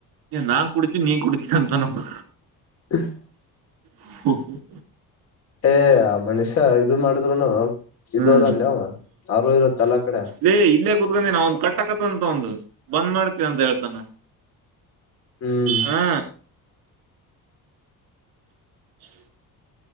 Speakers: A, on the right; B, on the left.
A: ನಾ ಕುಡಿತೀನಿ ನಿ ಕುಡಿ ಎಂಥವನಪ್ಪ
B: <unintelligible>
A: ಹ್ಮ ಹ ಹ.
B: ಹೇ ಆ ಮನುಷ್ಯ ಇದು ಮಾಡಿದ್ರುನು ಇದು
A: ಹ್ಮ್
B: ಅದಾನ್ಲೇ ಅವ್ನು ಅವರು ಇರುತ್ತ ಎಲ್ಲಾ ಕಡೆ
A: ಲೇ ಇಲ್ಲೇ ಕುತ್ಕೊಂಡೀನಿ
B: ಕಡೆ.
A: ಅವ್ನ್
B: <inaudible>
A: ಕಟ್ಟಕತ್ತಂತ ಒಂದು ಬಂದ್ ಮಾಡ್ತೀವಿ ಅಂತ ಹೇಳ್ತಾನ.
B: ಹ್ಮ್ <inaudible>
A: ಹಾ <inaudible>